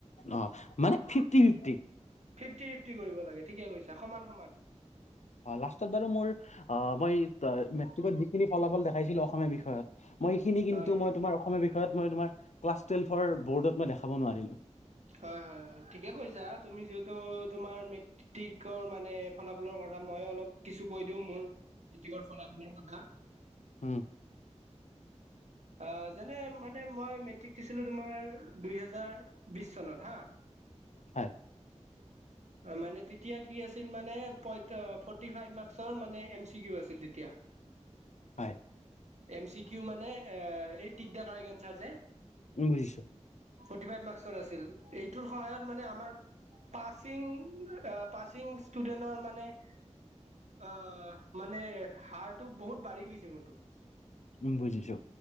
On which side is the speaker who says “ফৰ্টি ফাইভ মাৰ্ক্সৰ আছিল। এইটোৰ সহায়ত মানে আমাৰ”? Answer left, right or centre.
Right